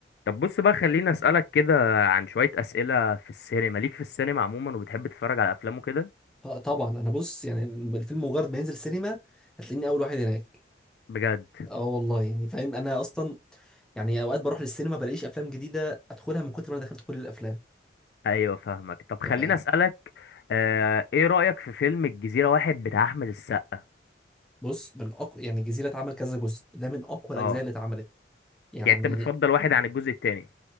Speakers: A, on the left; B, in the centre.
A: طب بص بقى خليني اسالك كده عن شويه اسئله في السينما ليك في السينما عموما وبتحب تتفرج على افلام وكده
B: ط- طبعا انا بص يعني الفيلم مجرد ما ينزل سينما هتلاقيني اول واحد هناك
A: بجد
B: اه والله يعني فاهم انا اصلا يعني اوقات بروح للسينما بلاقيش افلام جديده ادخلها من كتر ما انا دخلت كل الافلام
A: ايوه فاهمك طب خليني
B: انت فاهم
A: اسالك آه ايه رايك في فيلم الجزيره واحد بتاع احمد السقا
B: بص من اقوى يعني الجزيره اتعمل كذا جزء ده من اقوى الاجزاء
A: اه
B: اللي اتعملت يعني
A: يعني انت بتفضل واحد عن الجزء التاني